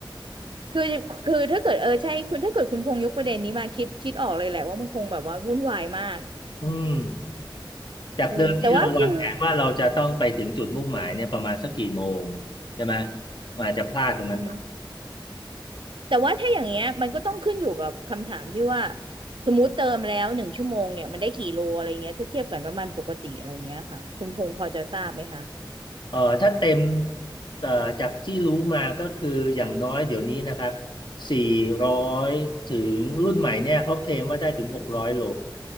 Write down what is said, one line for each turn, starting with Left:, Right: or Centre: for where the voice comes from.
Right: คือคือถ้าเกิดเออใช่คุณถ้าเกิดคุณพงษ์ยกประเด็นนี้มาคิดคิดออกเลยแหละว่ามันคงแบบว่าวุ่นวายมาก
Left: อืมจากเดิมที่เราวางแผนว่าเราจะต้องไปถึงจุดมุ่งหมายเนี่ยประมาณสักกี่โมง
Right: เออแต่ว่าคือ
Left: ใช่ไหมมันอาจจะพลาดตรงนั้นไป
Right: อืม แต่ว่าถ้าอย่างเงี้ยมันก็ต้องขึ้นอยู่กับคำถามที่ว่าสมมติเติมแล้วหนึ่งชั่วโมงเนี่ยมันได้กี่โลอะไรเงี้ยถ้าเทียบกับน้ำมันปกติอะไรเงี้ยค่ะคุณพงษ์พอจะทราบไหมคะ
Left: เออถ้าเต็มเอ่อจากที่รู้มาก็คืออย่างน้อยเดี๋ยวนี้นะครับสี่ร้อยถึงรุ่นใหม่เนี่ยเขาเคลมว่าได้ถึงหกร้อยโล